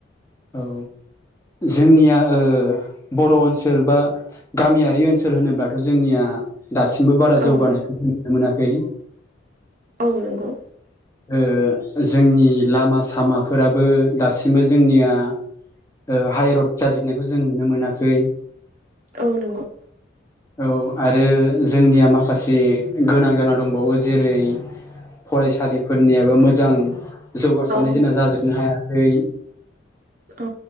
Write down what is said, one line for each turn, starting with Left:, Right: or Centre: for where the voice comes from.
Left: औ जोंनिया ओ बर' ओनसोल बा गामियारि ओनसोल होनोब्लाथ' जोंनिया दासिमबो बारा
Right: औ
Left: जौगानायखौ नुनो मोनाखै
Right: औ नंगौ
Left: ओ जोंनि लामा-सामाफोराबो दासिमबो जोंनिया ओ हायरड जाजोबनायखौ जों नुनो मोनाखै
Right: औ नंगौ
Left: औ आरो जोंनिया माखासे गोनां गोना दंबावो जेरै- फरायसालिफोरनियाबो मोजां जौगासारनाय
Right: औ
Left: जोंना जाजोबनो हायाखै
Right: औ